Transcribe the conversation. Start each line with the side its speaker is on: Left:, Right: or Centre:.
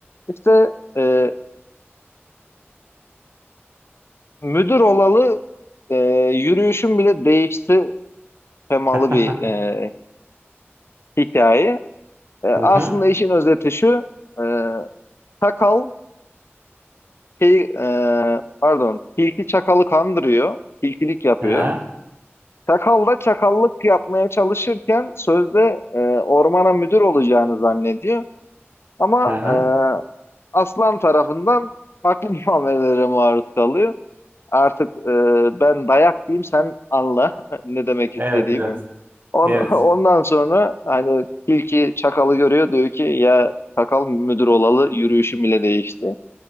Left: İşte e, müdür olalı e, yürüyüşüm bile değişti temalı
Right: <laughs>
Left: bir e, hikaye. E, aslında
Right: Aha,
Left: işin özeti şu. E, çakal şey, e, pardon tilki çakalı kandırıyor. Tilkilik yapıyor.
Right: aha,
Left: Çakal da çakallık yapmaya çalışırken sözde e, ormana müdür olacağını zannediyor. Ama
Right: aha.
Left: e, aslan tarafından farklı <laughs> muamelelere maruz kalıyor. Artık e, ben dayak diyeyim sen anla <laughs> ne demek istediğimi.
Right: Evet evet.
Left: On,
Right: Evet.
Left: <laughs> ondan sonra hani tilki çakalı görüyor diyor ki ya çakal müdür olalı yürüyüşüm bile değişti.